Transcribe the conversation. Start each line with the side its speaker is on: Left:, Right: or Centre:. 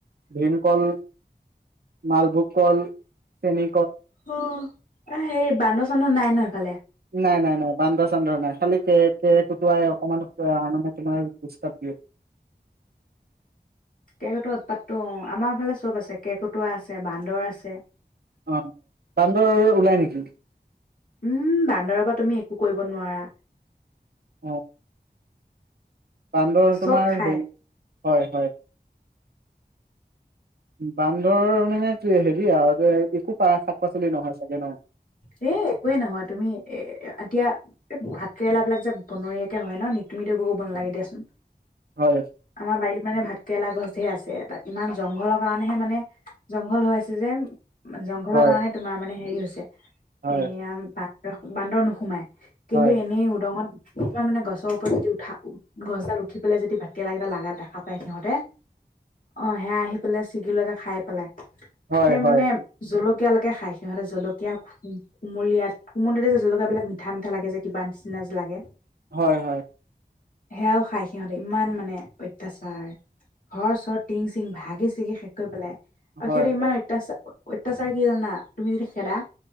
Right: ভীমকল, মালভোগ কল, চেনি
Left: হা এ, হেৰি, বান্দৰ-চান্দৰ নাই ন সেইফালে?
Right: নাই, নাই, নাই। বান্দৰ-চান্দৰ নাই। খালি কেৰ, কেৰ-কুটুৱাই অকণমান <unintelligible> আৰু মানে, তোমাৰ ডিষ্টাৰ্ব দিয়ে।
Left: কেৰ-কুটুৱা উৎপাতটো। অ', আমাৰ এইফালে চব আছে। কেৰ-কুটুৱা আছে, বান্দৰ আছে
Right: অ', বান্দৰ ওলাই নেকি?
Left: উম, বান্দৰৰ পৰা তুমি একো কৰিব নোৱাৰা।
Right: অ'। বান্দৰ
Left: চব
Right: তোমাৰ
Left: খাই
Right: হেৰি হয়, হয়। বান্দৰ, মানে, হেৰি আৰু যে একো শাক পাচলি নহয় চাগে ন
Left: এ, একোৱেই নহয়। তুমি এ, এতিয়া এই ভাত কেৰেলাবিলাক যে বনৰীয়াকৈ হয় ন। নি, তুমিটো একো কৰিব নালাগে দিয়াচোন।
Right: হয়
Left: আমাৰ বাৰীত, মানে, ভাত কেৰেলা গছ আছেহে আছে। তাত ইমান জংঘলৰ কাৰণেহে, মানে, জংঘল হৈ আছে যে। জং কাৰণে
Right: হয়
Left: তোমাৰ মানে হেৰি হৈছ এ
Right: হয়
Left: আম ৰস বান্দৰ নোসোমায়। কিন্তু
Right: হয়,
Left: এনেই উদঙত অকমান মানে গছৰ ওপৰত যদি উঠা গছডাল উঠি পেলাই যদি ভাতকেৰেলা লগা দেখা পায় সিহঁতে অ', সেয়া আহি পেলাই ছিগি লৈ যায় খাই পেলাই। তাকে
Right: হয়,
Left: মানে
Right: হয়,
Left: জলক খাই সিহঁতে জলকীয়া কুমলীয়াত কুমলীয়াতে যে, জলকীয়াবিলাক মিঠা, মিঠা লাগে যে, কিবা নিচিনা লাগে।
Right: হয়, হয়।
Left: সেয়াও খাই সিহঁতে, ইমান মানে অত্যাচাৰ। ঘৰ চৰ টিং চিং ভাগি ছিগি শেষ কৰি পেলাই। <unintelligible>
Right: হয়,
Left: ইমান
Right: হয়,
Left: <unintelligible> <unintelligible> তুমি যদি খেদা